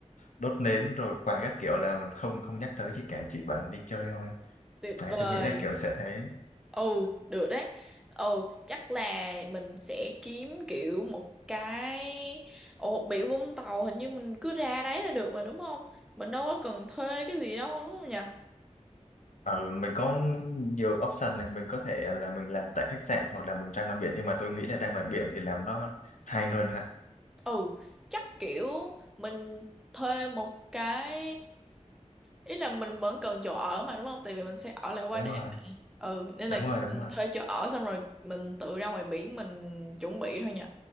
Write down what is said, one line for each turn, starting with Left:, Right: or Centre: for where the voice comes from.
Left: đốt nến rồi quà các kiểu là không không nhắc tới gì cả chỉ bảo là đi chơi thôi
Centre: tuyệt
Left: đấy
Centre: vời.
Left: tôi nghĩ là kiểu sẽ thế
Centre: Ừ, được đấy. Ừ, chắc là mình sẽ kiếm kiểu một cái Ồ, biển Vũng Tàu hình như mình cứ ra đấy là được mà đúng không? Mình đâu có cần thuê cái gì đâu đúng không nhỉ?
Left: Ừ, mình có nhiều option này mình có thể là mình làm tại khách sạn hoặc là mình ra ngoài biển nhưng mà tôi nghĩ là ra ngoài biển thì làm nó hay hơn ha
Centre: Ừ, chắc kiểu mình thuê một cái ý là mình vẫn cần chỗ ở mà đúng không? Tại vì mình sẽ ở lại qua
Left: đúng
Centre: đêm.
Left: rồi
Centre: Ừ, nên
Left: đúng
Centre: là
Left: rồi đúng
Centre: mình
Left: rồi
Centre: thuê chỗ ở xong rồi mình tự ra ngoài biển mình chuẩn bị thôi nhỉ.